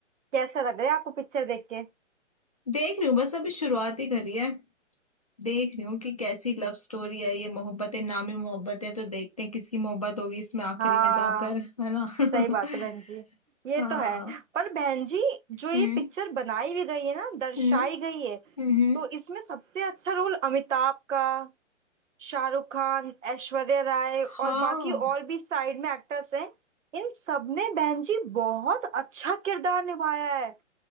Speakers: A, on the right (about 75°); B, on the left (about 30°).
A: कैसा लग रहा है आपको पिक्चर देख के
B: देख रही हूँ बस अभी शुरुआत ही करी है देख रही हूँ कि कैसी लव स्टोरी है ये मोहब्बतें नामी मोहब्बतें तो देखते हैं किसकी मोहब्बत होगी इसमें आखिरी
A: हाँ
B: में जाकर है ना <laughs>
A: सही बात है बहन जी ये
B: हाँ
A: तो है पर बहन जी जो ये
B: हम्म
A: पिक्चर बनाई भी गई है ना दर्शाई
B: हम्म
A: गई है
B: हम्म हम्म।
A: तो इसमें सबसे अच्छा रोल अमिताभ का शाहरुख खान ऐश्वर्या राय और
B: हाँ
A: बाकी और भी साइड में एक्टर्स हैं इन सबने बहन जी बहुत अच्छा किरदार निभाया है